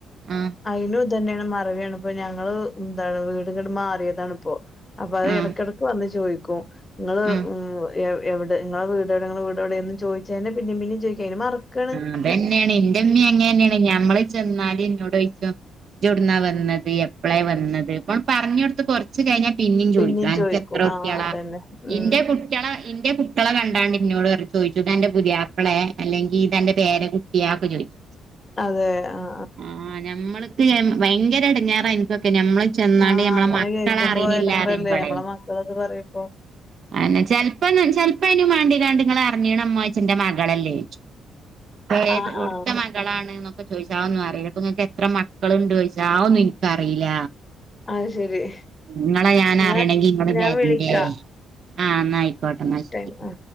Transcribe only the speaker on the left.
അയിനും ഇതന്നേണ് മറവിയാണ് ഇപ്പം ഞങ്ങള് എന്താണ് വീട്ങ്ങട്ട് മാറിയതാണ് പ്പോ. അപ്പ അഹ്
എടക്കടക്ക് വന്ന് ചോദിക്കും ഇങ്ങള്
ഉം എവ് എവിടെ ഇങ്ങളെ വീട് എഒടെ ഇങ്ങളെ വീടെ ഒടെ എന്നും ചോയിച്ചെന്നെ പിന്നിം പിന്നിം ചോയിക്കും അയിന് മറക്കാണ്.
പിന്നേം
ചോദിക്കും
ആ അതന്നെ ഉം
അതെ ആഹ്
ആ
അങ്ങനെ
കേൾക്കുമ്പോ
എടങ്ങേറല്ലേ
നമ്മളെ മക്കളത് പറയുമ്പോ
ആ
ആ
അത് ശരി
എന്നാ
ഞാൻ
വിളിക്കാ
ടൈം ആ